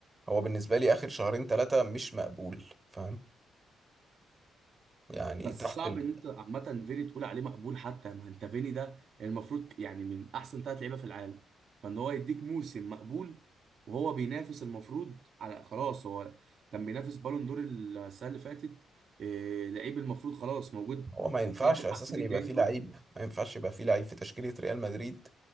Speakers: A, on the right; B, on the right.
A: هو بالنسبة لي آخر شهرين ثلاثة مش مقبول فاهم يعني
B: بس
A: تحت
B: صعب
A: ال...
B: ان انت عامه فيني تقول عليه مقبول حتى ما انت فيني ده يعني المفروض يعني من احسن ثلاث لعيبه في العالم فان هو يديك موسم مقبول وهو بينافس المفروض على خلاص هو كان بينافس بالون دور السنه اللي فاتت إيه لعيب المفروض خلاص موجود
A: هو ما ينفعش
B: الثلاث اربع
A: أساسا
B: سنين
A: يبقى
B: الجايين
A: فيه
B: دول
A: لعيب ما ينفعش يبقى فيه لعيب في تشكيلة ريال مدريد